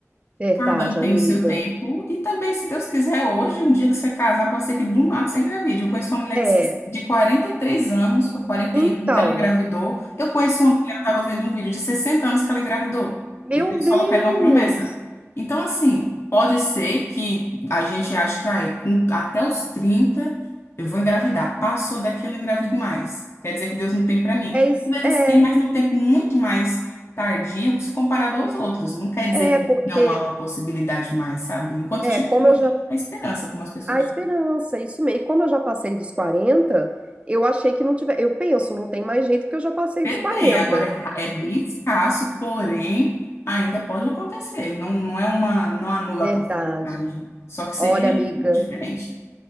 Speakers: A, on the right; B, on the left.
A: Verdade,
B: Cada um tem
A: amiga.
B: o seu tempo. E também, se Deus quiser, hoje, um dia que você casar, pode ser que do nada você engravide. Eu conheço uma mulher
A: É,
B: de de 43 anos, ou quarenta
A: então,
B: e um que ela engravidou. Eu conheço uma mulher, eu estava vendo um vídeo de 60 anos que ela engravidou.
A: meu
B: E Deus
A: Deus,
B: falou que era uma promessa. Então, assim, pode ser que a gente ache que ai, com- até os 30 eu vou engravidar. Passou daqui, eu não engravido mais. Quer dizer que Deus não tem para mim.
A: é, is-
B: Às vezes
A: é,
B: tem, mas num tempo muito mais tardio se comparado aos outros. Não quer dizer
A: é, porque,
B: não há uma possibilidade mais, sabe? Enquanto
A: é,
B: tiver
A: como eu já,
B: a esperança, como as pessoas
A: a esperança, isso mesmo, e como eu já passei dos 40, eu achei que não tiver, eu penso, não tem mais jeito porque eu já passei
B: dizem,
A: dos quarenta.
B: tem. Agora é, ra- é bem escasso, porém ainda pode acontecer. Não, não é uma, não anula
A: verdade.
B: a possibilidade. Só que seria
A: Olha, amiga,
B: diferente.